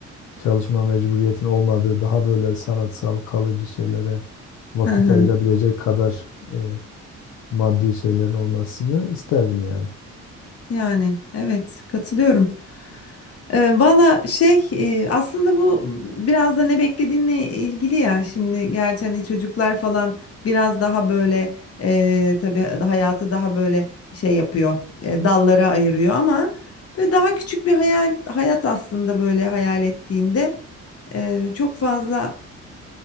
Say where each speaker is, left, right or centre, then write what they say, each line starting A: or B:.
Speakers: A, on the left; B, on the left.
A: çalışma mecburiyetin olmadığı daha böyle sanatsal kalıcı şeylere vakit
B: Hı hı.
A: ayırabilecek kadar e, maddi şeylerin olmasını isterdim yani.
B: Yani evet katılıyorum. Ee, valla şey e, aslında bu biraz da ne beklediğinle ilgili ya şimdi gerçi hani çocuklar falan biraz daha böyle e, tabii hayatı daha böyle şey yapıyor e, dallara ayırıyor ama böyle daha küçük bir hayal hayat aslında böyle hayal ettiğinde e, çok fazla